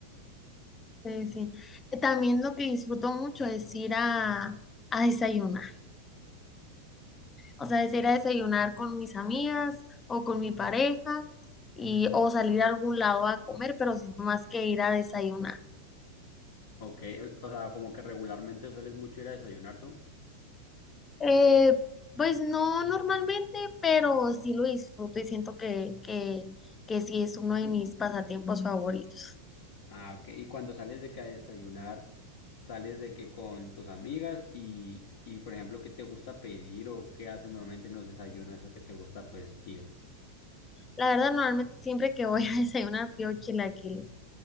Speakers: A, on the left; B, on the left.
A: Sí, sí. Eh, También lo que disfruto mucho es ir a, a desayunar, o sea, es ir a desayunar con mis amigas o con mi pareja y, o salir a algún lado a comer, pero siento más que ir a desayunar.
B: Ok, o o sea, como que regularmente sueles mucho ir a desayunar tú.
A: Eh, pues no normalmente, pero sí lo disfruto y siento que, que, que sí es uno de mis pasatiempos favoritos.
B: Ah, ok. Y cuando sales de que a desayunar, sales de que con tus amigas y, y por ejemplo, ¿qué te gusta pedir o qué hacen normalmente en los desayunos, eso que te gusta pues ir?
A: La verdad, normalmente siempre que voy <laughs> a desayunar pido chilaquiles.